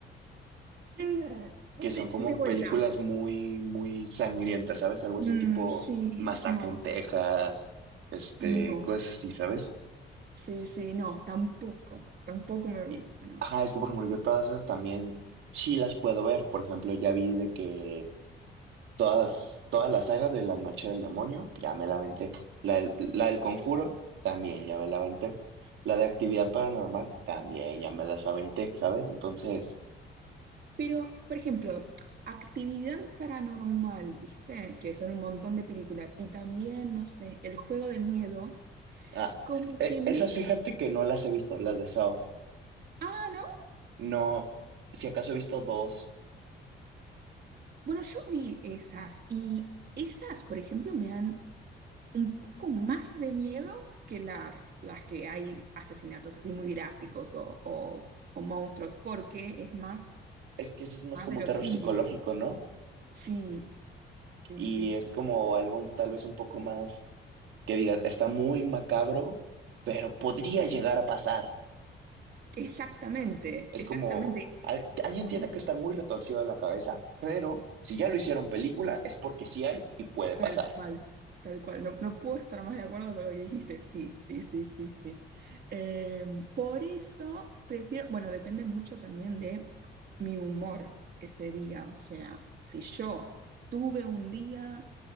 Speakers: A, on the right (about 50°); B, on the right (about 80°).
A: Mm,
B: que son
A: De,
B: como
A: de vuelta.
B: películas muy, muy sangrientas, ¿sabes? Algo
A: Mm,
B: así tipo
A: sí,
B: Masacre
A: no,
B: en Texas, este,
A: no,
B: cosas así, ¿sabes?
A: sí, sí, no, tampoco, tampoco me gusta,
B: Y-
A: ¿no?
B: Ajá, es que por ejemplo yo todas esas también sí las puedo ver. Por ejemplo, ya vi de que todas, toda la saga de La Noche del Demonio, ya me la aventé. La del, la del Conjuro, también ya me la aventé. La de Actividad Paranormal, también ya me las aventé, ¿sabes? Entonces,
A: Pero, por ejemplo, actividad paranormal, ¿viste? Que son un montón de películas. Y también, no sé, El juego del miedo,
B: ah,
A: como
B: e-
A: que me...
B: esas fíjate que no las he visto, las de Saw.
A: Ah, ¿no?
B: No, si acaso he visto dos.
A: Bueno, yo vi esas y esas, por ejemplo, me dan un poco más de miedo que las, las que hay asesinatos así muy gráficos o, o, o monstruos, porque es más,
B: Es que ese es más
A: más
B: como
A: verosímil.
B: un terror psicológico, ¿no?
A: Sí, sí,
B: Y
A: sí, sí.
B: es como algo tal vez un poco más que digan, está muy macabro, pero podría llegar a pasar.
A: Exactamente,
B: Es
A: exactamente.
B: como, al- alguien tiene que estar muy retorcido de la cabeza, pero si ya lo hicieron película, es porque sí hay y puede
A: Tal
B: pasar.
A: cual, tal cual. No, no puedo estar más de acuerdo con lo que dijiste. Sí, sí, sí, sí, sí. Eh, por eso prefiero, bueno, depende mucho también de mi humor ese día. O sea, si yo tuve un día